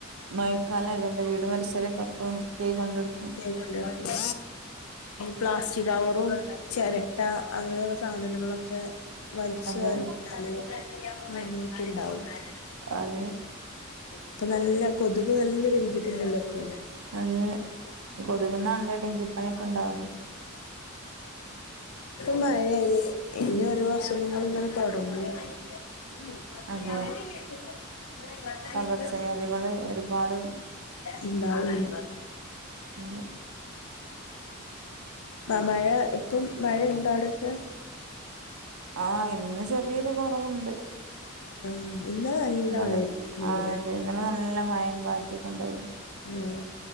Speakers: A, on the right; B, on the left.
A: മഴക്കാലം ആയതുകണ്ട് വീട് പരിസരം ഒക്കേ വൃത്തിയായി കൊണ്ടെടുക്കും
B: കൊണ്ടുനടക്കും പ്ലാസ്റ്റിക് കവറും ചിരട്ട അങ്ങനെയുള്ള സാധനങ്ങളൊക്കെ വലിച്ചു
A: അതെ
B: വാരിട്ടാണ് നല്ലതായിട്ട് ഉണ്ടാവുള്ളു <inaudible>
A: അതെ
B: അപ്പൊ നല്ല കൊതുക് നല്ല പെരുകിയിട്ടുണ്ടല്ലോ ഇപ്പൊ
A: അത് കൊതുകുന്നാണല്ലോ ഡെങ്കിപ്പനൊക്കെ ഇണ്ടാവന്നേ
B: മഴ അല്ലേ ഇനി ഓരോ അസുഖങ്ങ നെ തൊടങ്ങും <unintelligible>
A: അതെ
B: <unintelligible>
A: പകർച്ചവ്യാധികള് ഒരുപാട്
B: ഉണ്ടാവും
A: ഉണ്ട്
B: മഴ ഇപ്പും മഴയുണ്ടോ അവിടൊക്കെ?
A: ആഹ് ഇന്ന് ചെറിയൊരു കുറവുണ്ട്
B: ആഹ് ഇന്നലെ നല്ല
A: ഇന്ന
B: മഴയായിരുന്നു ഇവിടെയൊക്കെ
A: ആ അത ഇന്നലെ നല്ല മയം കാറ്റ കൊണ്ടായിരുന്നു
B: ആഹ്